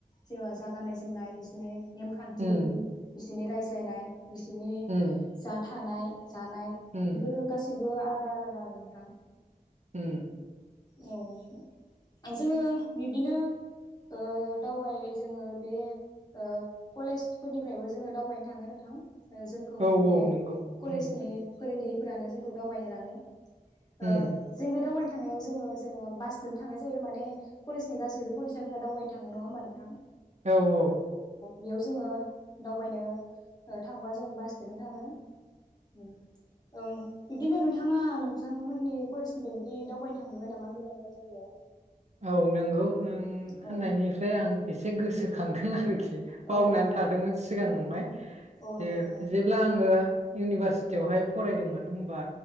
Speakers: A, on the left (about 25°); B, on the right (about 45°).
A: जेनबा जा गाननाय जोमनाय बिसोरनि नेमखान्थि
B: उम
A: बिसोरनि राय जायनाय बिसोरनि
B: उम
A: जा था थानाय जानाय
B: उम
A: बेफोर गासि बो आलादा-आलादा आरो नोंथां
B: ओम।
A: औ जोङो बिब्दिनो ओ दावबाय जोङो बे ओ कलेजफोरनिफ्रायबो जोङो दावबायनो थाङो नोंथां जोंखौ
B: औ
A: बे
B: नंगौ
A: कलेजनि
B: उम
A: फोरोंगिरिफोरानो जोंखौ दावबायनो लाङो
B: उम
A: ओ जों बे दावबायनो थांनायाव जोङो जेनेबा बासजोंनो थांनाय जायो माने कलेजनि गासैबो फरायसाफोरा दावबायनो थाङो नङा होमबा नोंथां
B: औ औ औ
A: बेयाव जोङो दावबायनो ओ थांबा जों बासजोंनो थाङो उम ओं बिब्दिनो नोंथाङा नोंथांमोननि कलेजनिफ्राय बिदि दावबायनो थांफेरबाय नामा गोजान गोजान जायगायाव?
B: औ नंगौ नों
A: औ
B: होननायनिफ्राय आं एसे गोसो खांखों आर खि बावनानै
A: औ औ औ
B: थादोंमोन सिगाङावहाय
A: औ नंगौ
B: जे-जेब्ला
A: नोंथां
B: आङो इउनिभारसिटियावहाय फरायदोंमोन होमबा